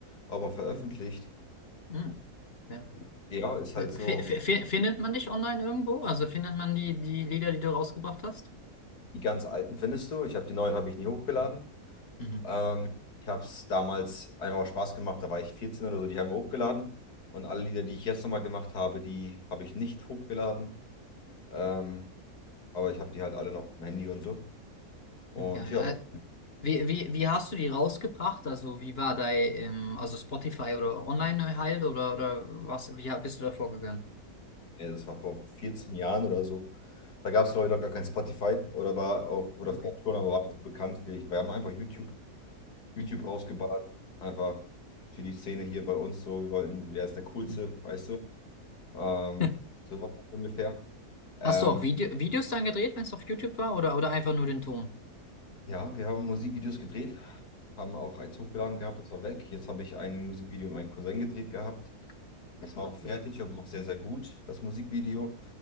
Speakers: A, on the left (about 90°); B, on the left (about 40°).
A: auch mal veröffentlicht.
B: Ja. Hm. Ja.
A: Ja, ist
B: F
A: halt so,
B: f findet man dich online irgendwo? Also findet man die, die Lieder, die du rausgebracht hast?
A: die ganz alten findest du. Ich habe die neuen habe ich nie hochgeladen.
B: Hm. Mhm.
A: Ähm, ich habe es damals einfach aus Spaß gemacht, da war ich 14 oder so, die haben wir hochgeladen. Und alle Lieder, die ich jetzt nochmal gemacht habe, die habe ich nicht hochgeladen. Ähm, aber ich habe die halt alle noch im Handy und so. Und
B: Geil.
A: ja.
B: Äh, wie, wie, wie hast du die rausgebracht? Also wie war dein, ähm, also Spotify oder online halt oder, oder was, wie ha- bist du da vorgegangen?
A: Ja, das war vor 14 Jahren oder so. Da gab es, glaube ich, noch gar kein Spotify oder war auch, oder
B: Okay.
A: vielleicht schon, aber war nicht so bekannt wie ich. Wir haben einfach YouTube, YouTube
B: Hm,
A: rausgeballert. Einfach für die Szene hier bei uns so. Wir wollten, wer ist der Coolste,
B: hm.
A: weißt du? Ähm,
B: <laughs>
A: so war das ungefähr. Ähm,
B: Hast du auch Video, Videos dann gedreht, wenn es auf YouTube war oder, oder einfach nur den Ton?
A: ja, wir haben Musikvideos gedreht, haben auch eins hochgeladen gehabt, das war weg. Jetzt habe ich ein Musikvideo mit meinem Cousin gedreht gehabt. Das war auch fertig, aber auch sehr, sehr gut, das Musikvideo.